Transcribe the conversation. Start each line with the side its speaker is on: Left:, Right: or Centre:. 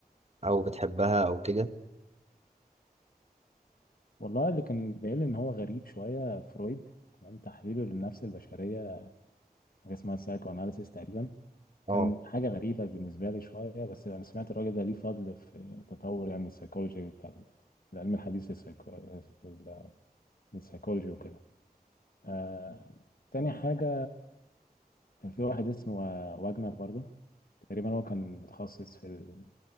Right: او بتحبها او كده
Left: والله اللي كان باين لي إن هو غريب شوية فرويد تمام تحليله للنفس البشرية حاجه اسمها سايكو اناليسيس تقريبا
Right: اه
Left: كان حاجه غريبه بالنسبه لي شويه بس انا سمعت الراجل ده ليه فضل في تطور يعني السيكولوجي بتاع ال- العلم الحديث للسيكو... لل- للسيكولوجي وكده آه... تاني حاجه كان في واحد اسمه واجنر برضو تقريبا هو كان متخصص في ال-